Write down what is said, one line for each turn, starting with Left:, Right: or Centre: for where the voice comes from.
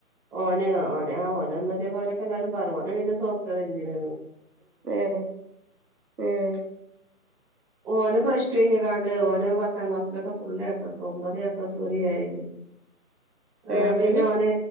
Centre: ഓന ഓന ഓനന്നതേപോലെൊക്കെ എല്ലാരും പറു ഓനെ പിന്നെ സോഫ്ററ്റുവയെർ എഞ്ചിനീയറാ
Right: ഏഹ് എഹ്
Centre: ഓന് പ്ലസ് ടു കഴിഞ് കാണ്ട് ഓന് പത്താം ക്ലാസ്സിലൊക്കെ ഫുള് എപ്ലസ് ഒമ്പത് എപ്ലസും ഒരു എ യും ആഹ്
Right: ഏഹ് ഇബന്
Centre: പിന്നെ ഓന്